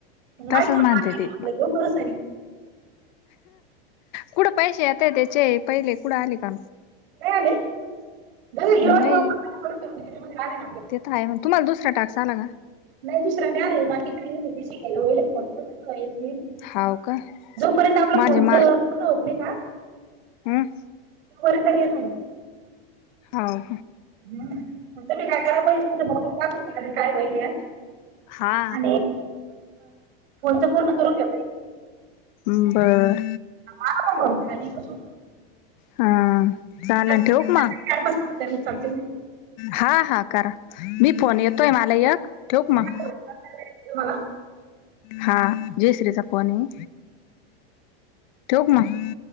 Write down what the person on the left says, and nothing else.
तसच
म्हणते ते
कुठ पैसे येतात त्याचे, पहिले कुठं आले का?
नाही
काय म तुम्हाला दुसरा टास्क आला का?
हाव
का
माझे
मा
हम्म
हाव
हा
हं बर.
हा चालन
ठेऊ का मग.
हा हा करा. मी- फोन येतोय मला यक ठेऊ का?
मग. हा जयश्रीचा फोन आहे ठेवू का? मग.